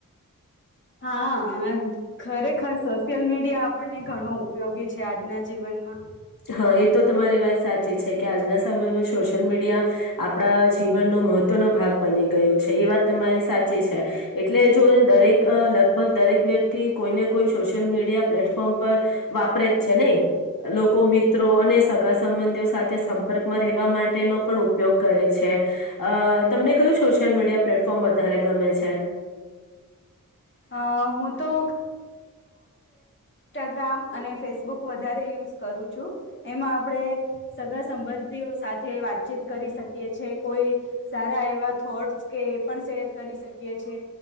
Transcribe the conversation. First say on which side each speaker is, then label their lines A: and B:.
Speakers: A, on the left; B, on the left.
A: હા ખરેખર સોશિયલ મીડિયા આપણને ઘણો ઉપયોગી છે આજના જીવનમાં
B: હા એ તો તમારી વાત સાચી છે કે આજના સમયમાં સોશિયલ મીડિયા આપણા જીવનનો મહત્વ નો ભાગ બની ગયો છે એ વાત તમારી સાચી છે. એટલે જો દરેક અ લગભગ દરેક વ્યક્તિ કોઈને કોઈ સોશિયલ મીડિયા પ્લેટફોર્મ પર વાપરે જ છે ને એ લોકો મિત્રો અને સગા સંબંધીઓ સાથે સંપર્કમાં રહેવા માટેનો પણ ઉપયોગ કરે છે અ તમને કયું શો સોશિયલ મીડિયા પ્લેટફોર્મ વધારે ગમે છે.
A: અ હું તો ગ્રામ અને ફેસબુક વધારે યુઝ કરું છું એમાં આપણે સગા સંબંધીઓ સાથે વાતચીત કરી શકીએ છીએ કોઈ સારા એવા થોટ્સ કે એ પણ શેર કરી શકીએ છીએ.